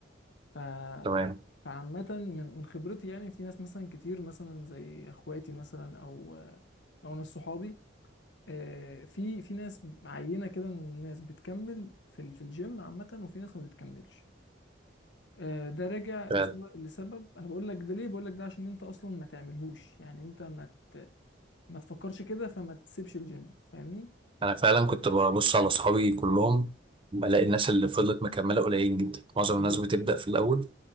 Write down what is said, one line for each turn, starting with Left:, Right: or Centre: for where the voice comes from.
Left: ف
Right: تمام
Left: فعامة من من خبرتي يعني في ناس مثلا كتير مثلا زي اخواتي مثلا او او ناس صحابي آه، في في ناس عينة كده من الناس بتكمل في ال- في الجيم عامة وفي ناس ما بتكملش آه، ده راجع لسبب,
Right: فعلا
Left: لسبب انا بقول لك ده ليه بقول لك ده عشان انت اصلا ما تعملهوش يعني انت ما ما تفكرش كده فما تسيبش الجيم فاهمني
Right: أنا فعلا كنت ببص على أصحابي كلهم بلاقي الناس اللي فضلت مكملة قليلين جدا معظم
Left: بالظبط
Right: الناس بتبدأ في الأول